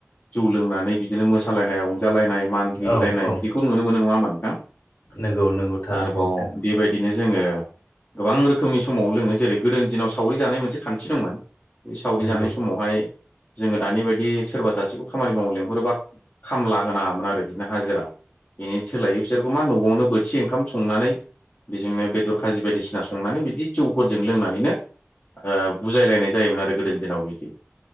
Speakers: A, on the left; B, on the left.
A: जौ लोंनानै बिदिनो मोसालायनाय रंजालायनाय मान हैलायनाय
B: औ औ
A: बिदिखौ नुनो मोनो नङा होमा नोंथां?
B: नंगौ नंगौ थारैनो
A: आरोबाव
B: नोंथां
A: बेबायदिनो जोङो गोबां रोखोमनि समाव लोङो। जेरै गोदोनि दिनाव सावरि जानाय मोनसे खान्थि दंमोन, बे सावरि
B: नंगौ
A: जानाय समावहाय जोङो दानि बायदि सोरबा सासेखौ खामानि मावनो लेंहरोबा खामला होनाङामोन आरो बिदिनो हाजिरा बेनि सोलायै बिसोरखौ मा न'आवनो बोथिसे ओंखाम संनानै बेजोंनो बेदर खाजि बायदिसिना संनानै बिदि जौफोरजों लोंनानैनो ओ बुजायलायनाय जायोमोन आरो गोदोनि दिनाव बिदि।